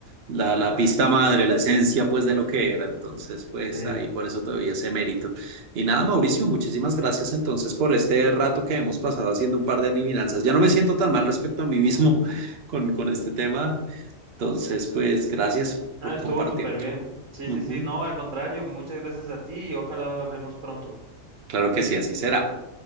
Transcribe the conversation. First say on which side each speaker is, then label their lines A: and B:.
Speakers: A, on the right; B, on the right.
A: la,
B: <laughs>
A: la pista madre, la esencia pues de lo que era. Entonces, pues
B: Sí,
A: ahí por eso te doy ese mérito. Y nada, Mauricio, muchísimas gracias entonces por este rato que hemos pasado haciendo un par de adivinanzas. Ya no me siento tan mal respecto a mí mismo <laughs> con, con este tema. Entonces, pues gracias
B: ah,
A: por
B: estuvo
A: compartir.
B: súper bien. Sí,
A: Ujú.
B: sí, sí, no, al contrario, muchas gracias a ti y ojalá hablemos pronto.
A: Claro que sí, así será.